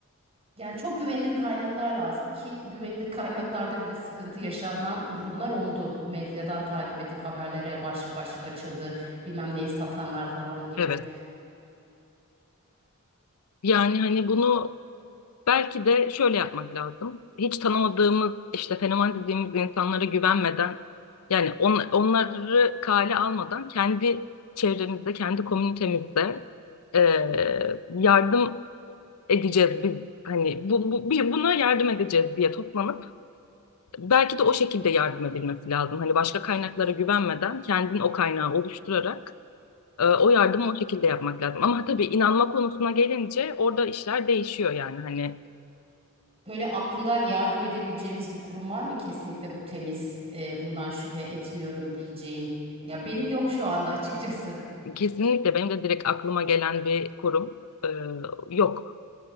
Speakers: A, on the right; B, on the left.
A: Yani çok güvenilir kaynaklar lazım ki güvenilir <laughs> kaynaklarda bile sıkıntı yaşanan durumlar oldu. Medyadan takip ettik, haberlere başlık başlık açıldı. Bilmem neyi satanlar falan gibi.
B: Evet. Yani hani bunu belki de şöyle yapmak lazım. Hiç tanımadığımız işte fenomen dediğimiz insanlara güvenmeden yani on, onları kale almadan kendi çevremizde, kendi komünitemizde eee, yardım edeceğiz biz hani bu, bu bir buna yardım edeceğiz diye toplanıp belki de o şekilde yardım edilmesi lazım. Hani başka kaynaklara güvenmeden kendin o kaynağı oluşturarak e, o yardımı o şekilde yapmak lazım. Ama tabii inanma konusuna gelince orada işler değişiyor yani hani
A: Böyle aklında yardım edebileceğimiz bir kurum var mı? Kesinlikle bu temiz, e, bundan şüphe etmiyorum diyeceğin. Ya benim yok şu anda açıkçası.
B: kesinlikle benim de direkt aklıma gelen bir kurum e, yok.